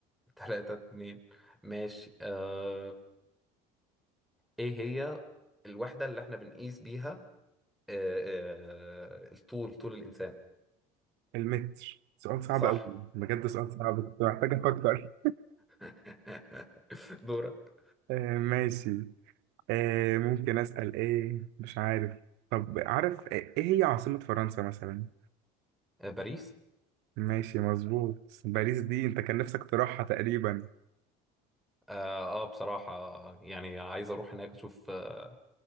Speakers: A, in the centre; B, on the right.
A: تلاتة اتنين ماشي آه. ايه هي الوحدة اللي احنا بنقيس بيها آه. آه. الطول طول الانسان
B: المتر سؤال صعب
A: صح
B: قوي بجد سؤال صعب كنت محتاج افكر
A: <laughs> دورك
B: آه ماشي آه ممكن اسأل ايه مش عارف طب عارف ايه هي عاصمة فرنسا مثلا
A: آه، باريس
B: ماشي مظبوط باريس دي انت كان نفسك تروحها تقريبا
A: اه آه، بصراحة يعني عايز اروح هناك اشوف آه،